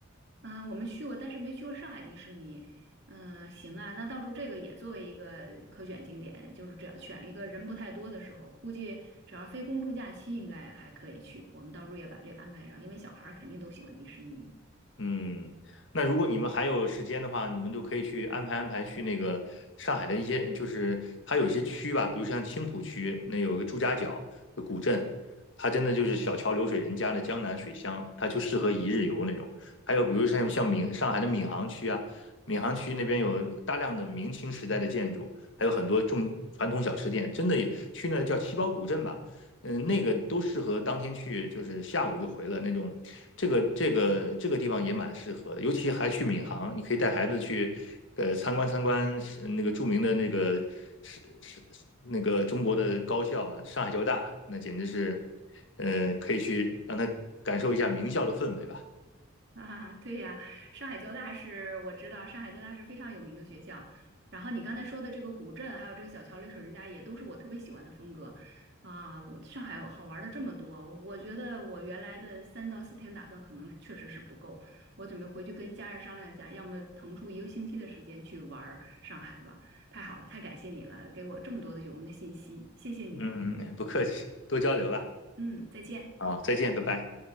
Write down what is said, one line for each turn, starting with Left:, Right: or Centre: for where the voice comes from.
Right: 啊、我们去过，但是没去过上海迪士尼。嗯、行啊，那到时候这个也作为一个可选景点，就是这样选一个人不太多的时候，估计只要非公众假期，应该还可以去。我们到时候也把这个安排上，因为小孩儿肯定都喜欢迪士尼。
Left: 嗯，那如果你们还有时间的话，你们就可以去安排安排去那个上海的一些，就是它有一些区吧，比如像青浦区，那有一个朱家角的古镇，它真的就是小桥流水人家的江南水乡，它就适合一日游那种。还有比如像像闵上海的闵行区啊，闵行区那边有大量的明清时代的建筑，还有很多重传统小吃店，真的也去那叫七宝古镇吧。嗯，呃那个都适合当天去，就是下午就回了那种。这个这个这个地方也蛮适合的，尤其还去闵行，你可以带孩子去，呃，参观参观是那个著名的那个是是那个中国的高校啊，上海交大，那简直是，呃，可以去让他感受一下名校的氛围吧。
Right: <laughs> 啊，对呀，上海交大是我知道，上海交大是非常有名的学校。然后你刚才说的这个古镇，还有这个小桥流水人家，也都是我特别喜欢的风格啊。我上海好玩的这么多，我觉得我原来的三到四天打算可能确实是不够，我准备回去跟家人商量一下，要么腾出一个星期的时间去玩儿上海吧。太好了，太感谢你了，给我这么多的有用的信息，谢谢你。
Left: 嗯，嗯嗯不客气，多交流吧。
Right: 嗯，再见。
Left: 啊，再见，拜拜。